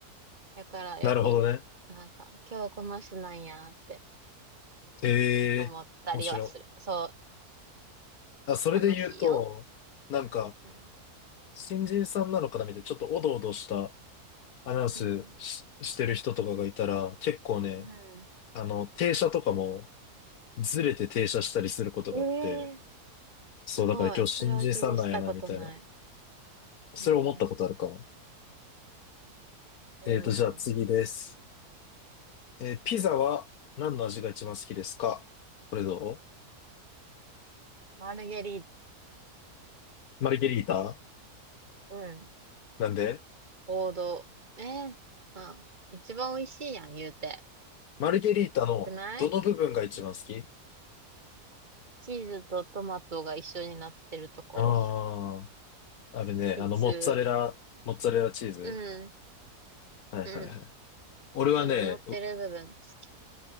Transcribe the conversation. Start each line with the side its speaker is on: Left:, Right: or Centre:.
Right: だからよく、
Left: なるほどね。
Right: なんか、今日この人なんやって
Left: ええ面白
Right: 思ったりはする。そ
Left: い。あ、それで言うと、
Right: う、楽しいよ。
Left: なんか、
Right: うん。
Left: 新人さんなのかなみたいな、ちょっとおどおどしたアナウンスし、
Right: うん。
Left: してる人とかがいたら、結構ね、
Right: うん。
Left: あの、停車とかもずれて停車したりすることがあって、
Right: ええ
Left: そう、
Right: ーすごい。
Left: だから今日新人さんなんやな、
Right: それは気にしたことない。
Left: みたいな。それ思ったことあるかも。
Right: うん。いいな。
Left: えーと、じゃあ次です。えーピザは何の味が一番好きですかこれど
Right: マルゲリー
Left: うマルゲリータ
Right: タ、うん。
Left: なんで
Right: 王道。ええまあ、一番美味しいやん、言うて。
Left: マルゲリータのどの部分が一番好き
Right: くないうんチーズとトマトが一緒になってるところ。
Left: ああー。あれね、
Right: 普通。
Left: あの、モッツァレラ、モッツァレラチーズ。
Right: うん、
Left: はいはいはい。
Right: うん。
Left: 俺はね、
Right: あの、乗ってる部分好き。
Left: う